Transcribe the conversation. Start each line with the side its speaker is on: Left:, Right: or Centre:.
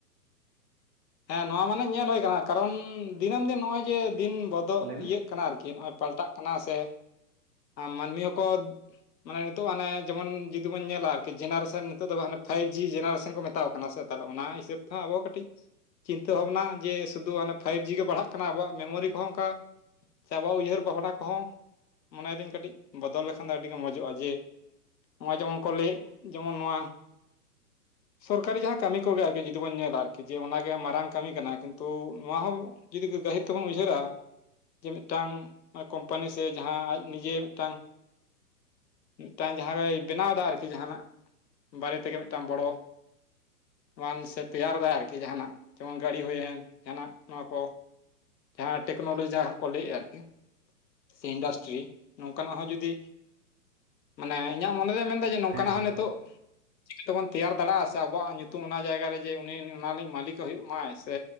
Left: ᱦᱮᱸ, ᱱᱚᱣᱟ ᱢᱟᱱᱮ, ᱧᱮᱞ ᱦᱩᱭ ᱟᱠᱟᱱᱟ, ᱠᱟᱨᱚᱱ ᱫᱤᱱᱟᱹᱢ ᱫᱤᱱ, ᱱᱚᱜᱼᱚᱭ, ᱡᱮ, ᱫᱤᱱ ᱵᱚᱫᱚᱞ
Right: ᱞᱟᱹᱭ ᱢᱮ
Left: ᱤᱭᱟᱹᱜ ᱠᱟᱱᱟ, ᱟᱨᱠᱤ, ᱱᱚᱜᱼᱚᱭ ᱯᱟᱞᱴᱟᱜ ᱠᱟᱱᱟ ᱥᱮ, ᱢᱟᱹᱱᱢᱤ ᱦᱚᱸᱠᱚ ᱢᱟᱱᱮ, ᱱᱤᱛᱚᱜ ᱦᱟᱱᱮ, ᱡᱮᱢᱚᱱ ᱡᱩᱫᱤ, ᱵᱚᱱ ᱧᱮᱞᱟ, ᱟᱨᱠᱤ ᱡᱮᱱᱟᱨᱮᱥᱚᱱ ᱱᱤᱛᱚᱜ ᱫᱚ, ᱦᱟᱱᱮ ᱯᱷᱟᱭᱤᱵ ᱡᱤ, ᱡᱮᱱᱟᱨᱮᱥᱚᱱ ᱠᱚ, ᱢᱮᱛᱟᱣ ᱟᱠᱚ ᱠᱟᱱᱟ ᱥᱮ, ᱛᱟᱦᱚᱞᱮ, ᱚᱱᱟ ᱦᱤᱥᱟᱹᱵᱽ ᱛᱮᱦᱚᱸ, ᱟᱵᱚ ᱠᱟᱹᱴᱤᱡ, ᱪᱤᱱᱛᱟᱹ ᱵᱷᱟᱵᱱᱟ, ᱡᱮ, ᱥᱩᱫᱷᱩ ᱚᱱᱮ, ᱯᱷᱟᱭᱤᱵ ᱡᱤ ᱜᱮ, ᱵᱟᱲᱦᱟᱜ ᱠᱟᱱᱟ, ᱟᱵᱚᱣᱟᱜ ᱢᱮᱢᱳᱨᱤ ᱠᱚᱦᱚᱸ, ᱚᱱᱠᱟ ᱪᱮ, ᱟᱵᱚᱣᱟᱜ ᱩᱭᱦᱟᱹᱨ ᱵᱷᱟᱵᱽᱱᱟ ᱠᱚᱦᱚᱸ, ᱢᱚᱱᱮ ᱭᱮᱫᱟᱹᱧ ᱠᱟᱹᱴᱤᱡ, ᱵᱚᱫᱚᱞ ᱞᱮᱠᱷᱟᱱ ᱫᱚ, ᱟᱹᱰᱤ ᱜᱮ ᱢᱚᱡᱚᱜᱼᱟ, ᱡᱮ ᱱᱚᱜ ᱡᱮᱢᱚᱱ ᱠᱚ ᱞᱟᱹᱭ ᱮᱫ ᱡᱮᱢᱚᱱ ᱱᱚᱣᱟᱼᱼ ᱥᱚᱨᱠᱟᱨᱤ ᱡᱟᱦᱟᱸ ᱠᱟᱹᱢᱤ ᱠᱚᱜᱮ ᱟᱨᱠᱤ ᱡᱩᱫᱤ ᱵᱚᱱᱮᱞᱟ ᱟᱨᱠᱤ ᱡᱮ <unintelligible> ᱜᱮ ᱢᱟᱨᱟᱝ ᱠᱟᱹᱢᱤ ᱠᱟᱱᱟ ᱠᱤᱱᱛᱩ ᱱᱚᱣᱟ ᱦᱚᱸ ᱡᱩᱫᱤ ᱜᱟᱹᱦᱤᱨ ᱛᱮᱵᱚᱱ ᱩᱭᱦᱟᱹᱨᱟ ᱡᱮ ᱢᱤᱫᱴᱟᱝ ᱠᱳᱢᱯᱟᱱᱤ ᱥᱮ ᱡᱟᱦᱟᱸ ᱟᱡ ᱱᱤᱡᱮ ᱢᱤᱫᱴᱟᱝᱼᱼ ᱢᱤᱫᱴᱟᱝ ᱡᱟᱦᱟᱸ ᱜᱮᱭ ᱵᱮᱱᱟᱣ ᱮᱫᱟ ᱟᱨᱠᱤ ᱡᱟᱦᱟᱱᱟᱜ ᱵᱟᱨᱮ ᱛᱮᱜᱮ ᱢᱤᱫᱴᱟᱝ ᱵᱚᱲᱚ ᱢᱟᱱ ᱥᱮ ᱛᱮᱭᱟᱨ ᱫᱟᱭ ᱟᱨᱠᱤ ᱡᱟᱦᱟᱱᱟᱜ ᱡᱮᱢᱚᱱ ᱜᱟᱹᱲᱤ ᱦᱩᱭᱮᱱ ᱡᱟᱦᱟᱱᱟᱜ ᱱᱚᱣᱟ ᱠᱚ ᱡᱟᱦᱟᱸ ᱴᱮᱠᱱᱳᱞᱳᱡᱤ ᱡᱟᱦᱟᱸ ᱠᱚ ᱞᱟᱹᱭᱮᱫᱼᱟ ᱟᱨᱠᱤ ᱥᱮ ᱤᱱᱰᱟᱥᱴᱨᱤ ᱱᱚᱝᱠᱟᱱᱟᱜ ᱦᱚᱸ ᱡᱩᱫᱤᱼᱼ ᱢᱟᱱᱮ ᱤᱧᱟᱹᱜ ᱢᱚᱱᱮ ᱫᱚᱧ ᱢᱮᱱᱫᱟ ᱡᱮ ᱱᱚᱝᱠᱟᱱᱟᱜ
Right: ᱦᱮᱸ ᱦᱮᱸ
Left: ᱦᱚᱸ ᱱᱤᱛᱚᱜᱼᱼ ᱪᱤᱠᱟᱹ ᱛᱮᱵᱚᱱ ᱛᱮᱭᱟᱨ ᱫᱟᱲᱮᱭᱟᱜᱼᱟ ᱥᱮ ᱟᱵᱚᱣᱟᱜ ᱧᱩᱛᱩᱢ ᱚᱱᱟ ᱡᱟᱭᱜᱟ ᱨᱮ ᱡᱮ ᱩᱱᱤ ᱚᱱᱟ ᱨᱤᱱᱤᱡ ᱢᱟᱹᱞᱤᱠ ᱦᱩᱭᱩᱜ ᱢᱟᱭ ᱥᱮᱼᱼ